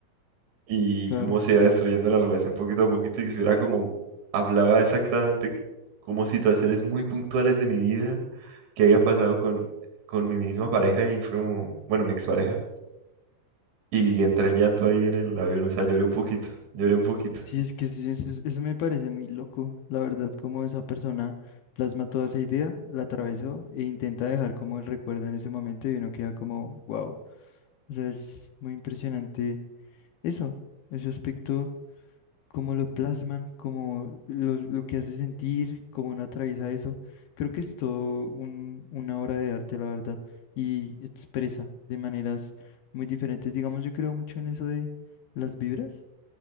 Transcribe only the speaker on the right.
y
cómo se iba destruyendo la relación poquito a poquito y que hubiera como, hablaba exactamente como situaciones muy puntuales de mi vida que había pasado con, con mi misma pareja y fue como, bueno, mi expareja. Y entré en llanto ahí en el avión, o sea, lloré un poquito, lloré un poquito.